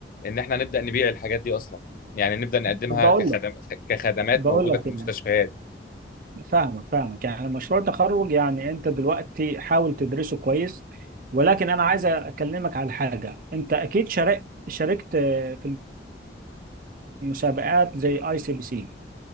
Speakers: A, on the left; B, on the right.
A: ان احنا نبدا نبيع الحاجات دي اصلا يعني نبدا نقدمها
B: طب بقول
A: كخدم
B: لك
A: كخدمات
B: بقول
A: موجوده
B: لك
A: في
B: يعني
A: المستشفيات
B: فاهمك فاهمك يعني مشروع تخرج يعني انت دلوقتي حاول تدرسه كويس ولكن انا عايز اكلمك على حاجه انت اكيد شارك شاركت في مسابقات زي اي سي بي سي